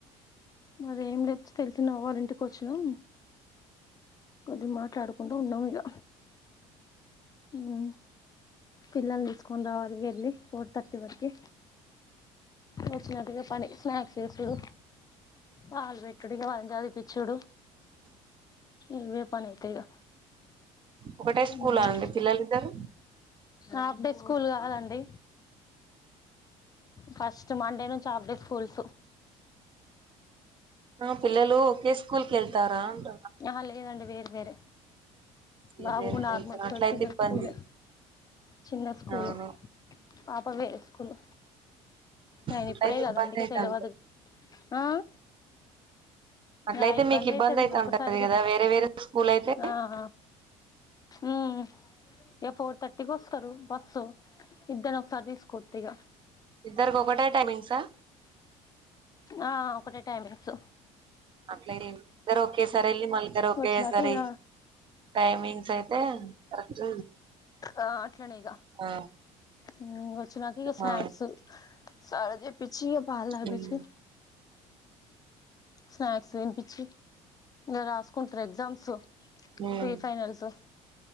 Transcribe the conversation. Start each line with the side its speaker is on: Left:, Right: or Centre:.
Left: మరేం లేంచ్చతెలిసిన వాళ్ళఇంటికి వచ్చినం కొద్ది మాట్లాడుకుండఉన్నాం ఇగ ఉ ఉ పిల్లల్నితీసుకొని రావాలి వెళ్ళి ఫోర్ థర్టీ వరకి వచ్చినట్టుగా పని స్నాక్చే సుడు వాళ్ళుపెట్టుడుఇగ చదివిపిచ్చడు ఇవెపని అయితే ఇగ
Right: ఒకటే స్కూల్
Left: మ్మ్
Right: ఆ అండి పిల్లలు ఇద్దరు
Left: హాఫ్ డే స్కూల్ కాదండి ఫస్ట్ మండే నుంచి ఆప్డే స్కూల్స్
Right: ఆ పిలలు ఓకే స్కూల్ కెళ్తారా అంట
Left: ఆహ లేదండి వేర్‌వేరే
Right: వేరువేరు
Left: బాబు నార్మల్స్
Right: తెలుసు అట్లయితే
Left: చిన్న
Right: ఇబ్బంది
Left: స్కూలే చిన్న స్కూలు
Right: అవును
Left: పాపవేరెస్కూల్ ఆయన
Right: అట్లయితే
Left: ఇప్పుడే కదా
Right: ఇబ్బంది
Left: అందుకే
Right: అయితంది
Left: తెలవదు ఆ
Right: అట్లయితే
Left: ఆ ఇబ్బంది
Right: మీకు
Left: అయితది
Right: అయిత
Left: ఒకసారి
Right: ఉంటది
Left: తీస్తే
Right: కదా వేరే వేరే స్కూల్ అయితే
Left: ఆ ఆ ఉఊ ఇక ఫోర్ థర్టీకి వస్తారు బస్సు ఇద్దరు ఒకసారి తీసుకోచ్చ ఇ గ
Right: ఇద్దరకొఒకటే టైమింగ్స
Left: ఆ ఒకటే టైమింగ్స్
Right: అట్ల ఇద్దరు ఓకే సారివెళ్ళి మళ్ళి ఇద్దరు ఓకే
Left: వచ్చినాక
Right: సారి
Left: ఇక
Right: టైమింగ్స్ అయితే కరెక్ట్
Left: ఆ అట్లనే ఇక
Right: ఆ
Left: ఇ వచ్చినాక ఇక స్నాక్స్
Right: ఆ
Left: సారజ పిచ్చి పాల పిచ్చి
Right: ఉమ్
Left: స్నాక్స్ తినిపించి ఇంకా రాసుకుంటారు ఎగ్జామ్స్
Right: ఉమ్
Left: ప్రీ ఫైైనల్స్